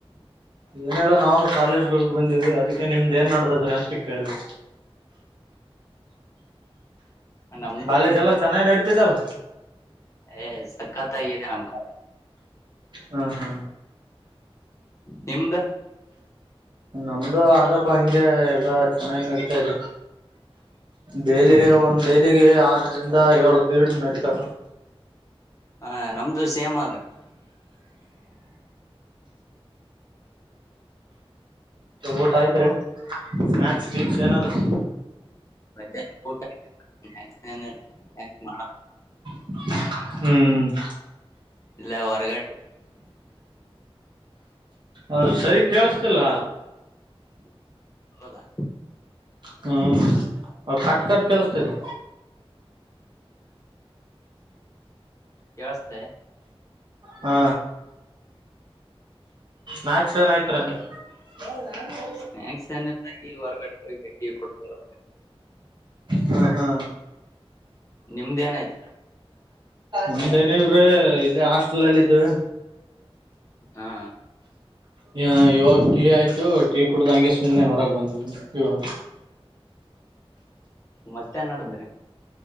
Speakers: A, on the right; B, on the left.
A: ಏನಲ್ಲ ನಾವನು ಕಾಲೇಜ್ಗೆ ಹೋಗ ಬಂದಿದೆ ಅದಕ್ಕೆ ನಿಮ್ದ್ ಏನ್ ನಡ್ದಾದ್ರ ಅಂತ ಕೇಳಿದ
B: <inaudible> ನಮ್ದೇನ್
A: ಕಾಲೇಜ್ ಎಲ್ಲ ಚೆನ್ನಾಗಿ ನಡತಿದ್ದಲ್ಲ
B: ಏ್ ಸಕ್ಕತ್ತ ಆಗಿದೆ ನಮ್ ಕ
A: ಹ ಹಾ
B: ನಿಮ್ದ
A: ನಮ್ದು ಆದಕ್ಕ ಹಂಗೆ ಎಲ್ಲ ಚೆನ್ನಾಗಿ ನಡ್ತಾ ಇದೆ ಬೆಲೆ ಒಂದ್ ದಲಿಗೆ ಆರರಿಂದ ಏಳು ಪೇರ್ಡ್ ನಡತಾವ
B: ಹ ನಮ್ದು ಸೇಮ್ ಅ
A: ಊಟ ಆಯ್ತ್ರಿ ಸ್ನ್ನಾಾಕ್ಸ್ ವೀಕ್ಸ್ ಏನಾದ್ರು
B: ಮ
A: ಹ ಹ್ಮ್
B: ಇಲ್ಲ ಹೊರಗಟ
A: ಅದು ಸರಿ ಕೇಳಸ್ತಿಲ್ಲ
B: ಹೌದಾ
A: ಹ್ಮ್ ಕಟ್ ಕಟ್ ಕೆಲಸ್ತದೆ
B: ಕೇಳಿಸತೇ
A: ಹಾ ನಾಕ್ಸಏನ ಆಯ್ತ್ಂದ ಹ ನ
B: ಸ್ನ್ಯಾಕ್ಸ್ ಹೊರಗಡೆಗಿಟ್ಟ ಕೊಡ್ತಾರ
A: ಹಾ ಹಾ
B: ನಿಮ್ದ್ ಏನಾಯ್ತಿ
A: ಮುಮ್ದೇನಲ್ರಿ ಇಲ್ಲಿ ಹಾಸ್ಟೆಲ್ಲ್ಲಿಿದ್ದು
B: ಹಾ
A: ಹ ಇವಾಗ ಟೀ ಆಯ್ತು ಟೀ ಕುಡ್ದಂಗೆ ಸುಮ್ಮನೆ ಹೊರಾಗ ಬಂದಿದ ಇವಾಗ
B: ಮತ್ತೆನ್ ನಡದ್ರಿ